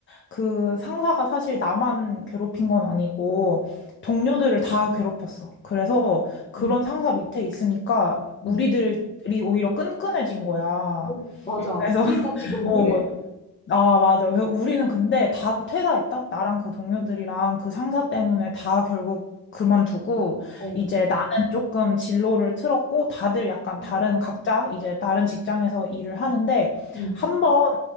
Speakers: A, on the left; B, on the left.
A: 그 상사가 사실 나만 괴롭힌 건 아니고 동료들을 다 괴롭혔어. 그래서 그런
B: 음,
A: 상사 밑에 있으니까
B: 음.
A: 우리들이 오히려 끈끈해진 거야.
B: 음, 맞아.
A: 그래서
B: 우리가
A: <laughs>
B: 지금
A: 어,
B: 그래.
A: 아, 맞아. 그래서 우리는 근데 다 퇴사했다. 나랑 그 동료들이랑 그 상사 때문에 다 결국 그만두고
B: 어,
A: 이제 나는 조금 진로를 틀었고 다들 약간
B: 음,
A: 다른 각자 이제 다른 직장에서 일을 하는데
B: 음,
A: 한 번